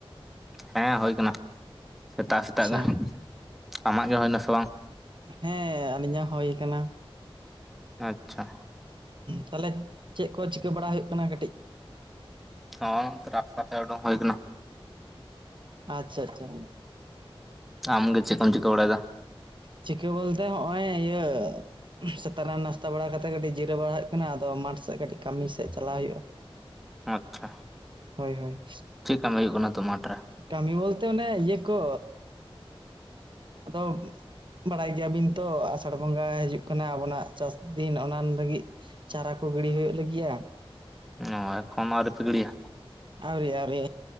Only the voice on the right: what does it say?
ᱟᱪᱪᱷᱟ
ᱦᱮᱸ ᱟᱹᱞᱤᱧᱟᱜ ᱦᱳᱭ ᱠᱟᱱᱟ᱾
ᱛᱟᱦᱚᱞᱮ ᱪᱮᱫ ᱠᱚ ᱪᱤᱠᱟᱹ ᱵᱟᱲᱟ ᱦᱩᱭᱩᱜ ᱠᱟᱱᱟ ᱠᱟᱹᱴᱤᱡ
ᱟᱪᱪᱷᱟ ᱟᱪᱪᱷᱟ᱾
ᱪᱤᱠᱟᱹ ᱵᱚᱞᱛᱮ ᱦᱚᱜᱼᱚᱭ ᱤᱭᱟᱹ ᱥᱮᱛᱟᱜ ᱨᱮ ᱱᱟᱥᱛᱟ ᱵᱟᱲᱟ ᱠᱟᱛᱮᱜ ᱠᱟᱹᱴᱤᱡ ᱡᱤᱨᱟᱹᱣ ᱵᱟᱲᱟ ᱦᱩᱭᱩᱜ ᱠᱟᱱᱟ ᱟᱫᱚ ᱢᱟᱴᱷ ᱥᱮᱜ ᱠᱟᱹᱴᱤᱡ ᱠᱟᱹᱢᱤ ᱥᱮᱫ ᱪᱟᱞᱟᱣ ᱦᱩᱭᱩᱜᱼᱟ᱾
ᱦᱳᱭ ᱦᱳᱭ᱾
ᱠᱟᱹᱢᱤ ᱵᱚᱞᱛᱮ ᱚᱱᱮ ᱤᱭᱟᱹ ᱠᱚ ᱟᱫᱚ ᱵᱟᱲᱟᱭ ᱜᱮᱭᱟ ᱵᱤᱱ ᱛᱚ ᱟᱥᱟᱲ ᱵᱚᱸᱜᱟ ᱦᱤᱡᱩᱜ ᱠᱟᱱᱟ ᱟᱵᱚᱱᱟᱜ ᱪᱟᱥ ᱫᱤᱱ ᱚᱱᱟ ᱞᱟᱹᱜᱤᱫ ᱪᱟᱨᱟ ᱠᱚ ᱜᱤᱲᱤ ᱦᱩᱭᱩᱜ ᱞᱟᱹᱜᱤᱜ ᱟ ᱾
ᱟᱹᱣᱨᱤ ᱟᱹᱣᱨᱤ